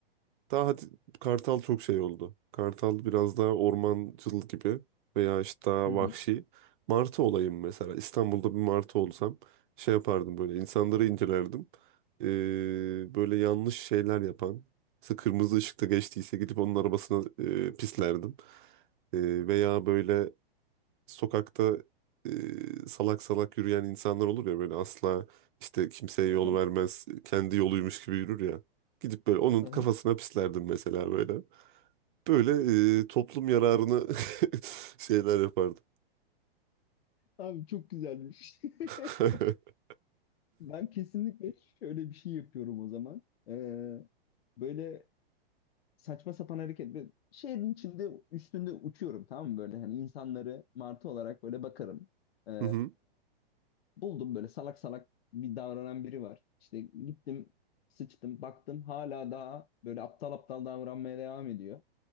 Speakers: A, on the right; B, on the left.
A: Daha hadi Kartal çok şey oldu. Kartal biraz daha ormancıl gibi veya işte daha
B: Hı
A: vahşi.
B: hı.
A: Martı olayım mesela. İstanbul'da bir martı olsam şey yapardım böyle insanları incelerdim. Ee, böyle yanlış şeyler yapan. Mesela kırmızı ışıkta geçtiyse gidip onun arabasına e, pislerdim. Ee, veya böyle sokakta e, salak salak yürüyen insanlar olur ya böyle asla işte kimseye yol
B: <laughs>
A: vermez kendi yoluymuş gibi yürür ya. Gidip böyle onun
B: Aha.
A: kafasına pislerdim mesela böyle. Böyle e, toplum yararını <laughs> şeyler yapardım.
B: Abi çok güzelmiş. <laughs>
A: <laughs>
B: Ben kesinlikle şöyle bir şey yapıyorum o zaman. Ee, böyle saçma sapan hareket. Böyle Şehrin içinde üstünde uçuyorum tamam mı böyle hani insanları martı olarak böyle bakarım. Ee,
A: Hı hı.
B: buldum böyle salak salak bir davranan biri var. İşte gittim sıçtım baktım hala daha böyle aptal aptal davranmaya devam ediyor.